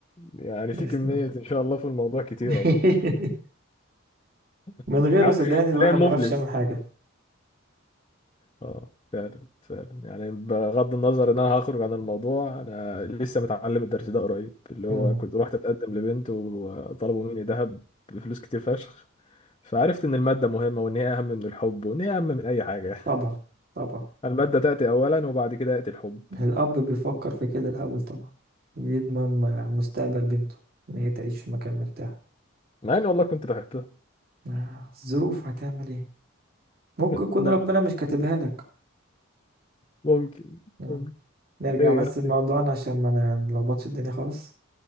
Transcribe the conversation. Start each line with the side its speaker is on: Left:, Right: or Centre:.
Left: يعني
Right: بإذن
Left: في كميه
Right: الله.
Left: ان شاء الله في الموضوع كتيره
Right: <laughs>
Left: برضه <laughs>
Right: من غيره
Left: أنا
Right: صدقني الواحد
Left: حاليا مفلس
Right: ما يعرفش يعمل حاجة
Left: اه فعلا فعلا يعني بغض النظر ان انا هخرج عن الموضوع انا لسه متعلم الدرس ده قريب اللي
Right: مم.
Left: هو كنت رحت اتقدم لبنت وطلبوا مني ذهب بفلوس كتير فشخ فعرفت ان المادة مهمة وان هي اهم من الحب وان هي اهم من اي حاجة
Right: طبعا طبعا
Left: <laughs> المادة تأتي اولا وبعد كده يأتي الحب
Right: الاب بيفكر في كده الاول طبعا يضمن م- مستقبل بنته ان هي تعيش في مكان مرتاح
Left: مع اني والله كنت بحبها
Right: آه، الظروف هتعمل ايه ممكن
Left: <laughs>
Right: يكون
Left: لا،
Right: ربنا مش كاتبها لك
Left: ممكن
Right: آه.
Left: ممكن
Right: نرجع
Left: خير
Right: بس لموضوعنا
Left: خير
Right: عشان ما نلخبطش الدنيا خالص